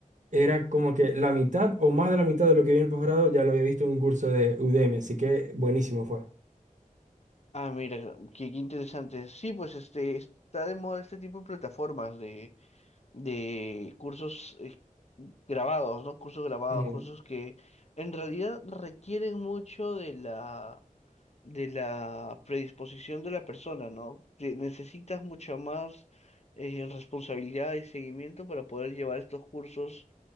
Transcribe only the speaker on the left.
Ah, mira, qué, qué interesante. Sí, pues este está de moda este tipo de plataformas de, de cursos eh, grabados, ¿no? Cursos grabados,
cursos que en realidad requieren mucho de la de la predisposición de la persona, ¿no? Te- Necesitas mucha más eh, responsabilidad y seguimiento para poder llevar estos cursos